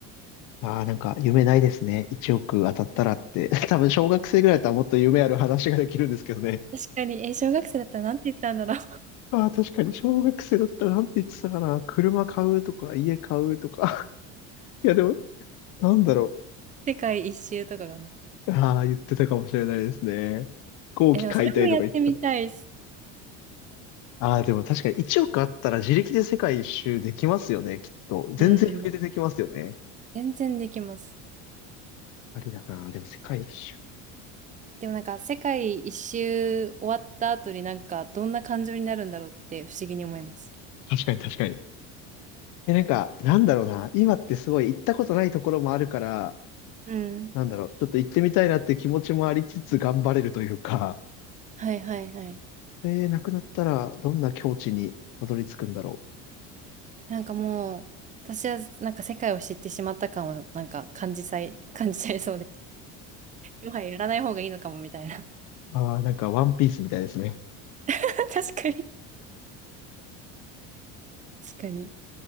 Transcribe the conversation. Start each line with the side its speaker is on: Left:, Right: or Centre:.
Left: ああ、なんか夢ないですね。1億当たったらって。<laughs> 多分小学生ぐらいだったらもっと夢ある話ができるんですけどね。
Right: 確かに、え、小学生だったらなんて言ったんだろう。<laughs>
Left: ああ、確かに小学生だったらなんて言ってたかな。車買うとか、家買うとか。<laughs> いや、でも、なんだろ
Right: 世界一周とかかな。
Left: う。ああ、言ってたかもしれないですね。飛行機買いたいとか言ってたの。
Right: え、でもそれもやってみたいです。
Left: ああ、でも確かに1億あったら自力で世界一周できますよね、きっと。全然余裕でできますよね。
Right: うん。全然できます。
Left: ありだな。でも世界一周。
Right: でもなんか、世界一周終わった後になんか、どんな感情になるんだろうって不思議に思います。
Left: 確かに確かに。え、なんか、なんだろうな。今ってすごい行ったことないところもあるから、
Right: うん。
Left: なんだろう。ちょっと行ってみたいなって気持ちもありつつ頑張れるというか、
Right: はいはいはい。
Left: えー、なくなったらどんな境地にたどり着くんだろ
Right: なんかもう、私はなんか世界を知ってしまった感をなんか感じさい、<laughs> 感じちゃいそうで。もはややらない方がいいのかもみたいな。
Left: う。ああ、なんかワンピースみたいですね。
Right: <laughs> 確かに。確かに。